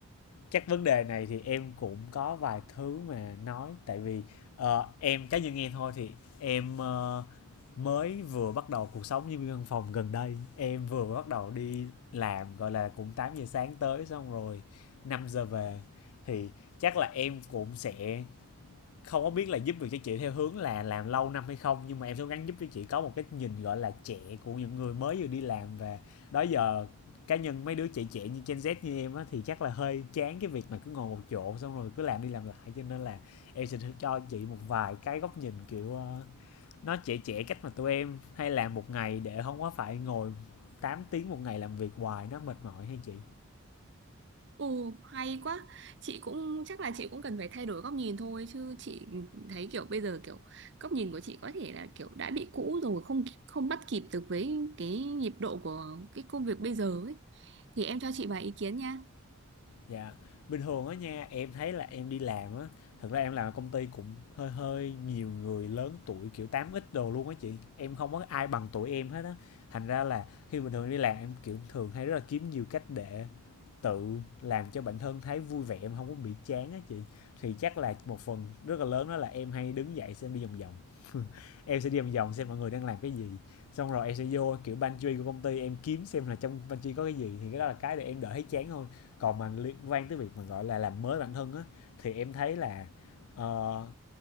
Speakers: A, on the left; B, on the right.
A: chắc vấn đề này thì em cũng có vài thứ mà nói tại vì ờ, em cá nhân em thôi thì em ờ, mới vừa bắt đầu cuộc sống nhân viên văn phòng gần đây em vừa bắt đầu đi làm gọi là cũng 8 giờ sáng tới xong rồi 5 giờ về thì chắc là em cũng sẽ không có biết là giúp được cho chị theo hướng là làm lâu năm hay không nhưng mà em sẽ gắng giúp cho chị có một cái nhìn gọi là trẻ của những người mới vừa đi làm và đó giờ cá nhân mấy đứa trẻ trẻ như Gen Z như em á thì chắc là hơi chán cái việc mà cứ ngồi một chỗ xong rồi cứ làm đi làm lại cho nên là em sẽ cho chị một vài cái góc nhìn kiểu ờ, nó trẻ trẻ cách mà tụi em hay làm một ngày để không có phải ngồi 8 tiếng một ngày làm việc hoài nó mệt mỏi hay chị
B: Ừ, hay quá. Chị cũng chắc là chị cũng cần phải thay đổi góc nhìn thôi chứ chị thấy kiểu bây giờ kiểu góc nhìn của chị có thể là kiểu đã bị cũ rồi không không bắt kịp được với cái nhịp độ của cái công việc bây giờ ấy. Thì em cho chị vài ý kiến nha.
A: Dạ, bình thường á nha, em thấy là em đi làm á, thật ra em làm ở công ty cũng hơi hơi nhiều người lớn tuổi kiểu tám x đồ luôn á chị. Em không có ai bằng tuổi em hết á. Thành ra là khi bình thường đi làm em kiểu thường hay rất là kiếm nhiều cách để tự làm cho bản thân thấy vui vẻ em không có bị chán á chị. Thì chắc là một phần rất là lớn đó là em hay đứng dậy xem đi vòng vòng. <laughs> Em sẽ đi vòng vòng xem mọi người đang làm cái gì. Xong rồi em sẽ vô kiểu pantry của công ty em kiếm xem là trong pantry có cái gì thì cái đó là cái để em đỡ thấy chán hơn còn mà liên quan tới việc mà gọi là làm mới bản thân á thì em thấy là ờ,